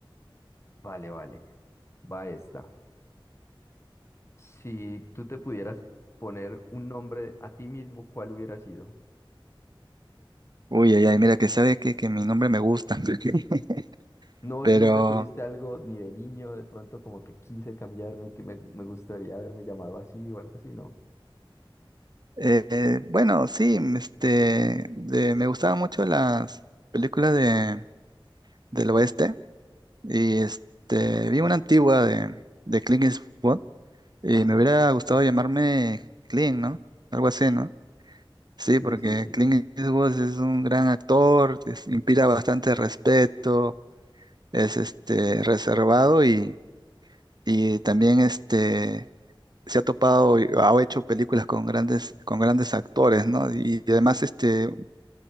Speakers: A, on the left; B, on the right.
A: vale, vale, va esta. Si tú te pudieras poner un nombre a ti mismo, ¿cuál hubiera sido?
B: Uy, ay, ay, mira, que sabe que, que mi nombre me gusta. <laughs>
A: No,
B: Pero
A: nunca tuviste algo ni de niño, de pronto como que quise cambiarme, que me, me gustaría haberme llamado así o algo así, ¿no?
B: eh, eh, bueno, sí, m- este, de- me gustaban mucho las películas de, del oeste y este, vi una antigua de, de Clint Eastwood y
A: Ajá.
B: me hubiera gustado llamarme Clint, ¿no? Algo así, ¿no? Sí,
A: Sí,
B: porque
A: sí, sí.
B: Clint Eastwood es un gran actor, es- inspira bastante respeto, es este, reservado y, y también este, se ha topado y ha hecho películas con grandes, con grandes actores, ¿no? Y, y además este,